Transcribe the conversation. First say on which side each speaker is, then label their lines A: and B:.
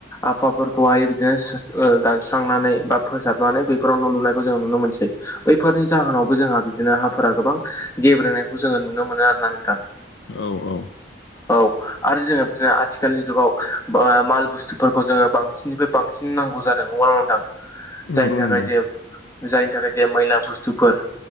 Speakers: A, on the left (about 15°); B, on the left (about 70°).
A: आफाफोरखौहाय बिदिनो दानस्रांनानै बा फोसाबनानै बैफोराव न' लुनायखौ जोङो नुनो मोनसै बैफोरनि जाहोनावबो जोंहा बिदिनो हाफोरा गोबां गेब्रेनायखौ जोङो नुनो मोनो आरो ना नोंथां।
B: औ औ
A: औ आरो जोङो बिदिनो आथिखालनि जुगाव माल बुस्थुफोरखौ जोङो बां बिनिफ्राय बांसिन नांगौ जादों नंगौ ना नङा नोंथां?
B: नंगौ
A: जायनि थाखाय
B: नंगौ
A: जे जायनि थाखाय जे मैला बुस्थुफोर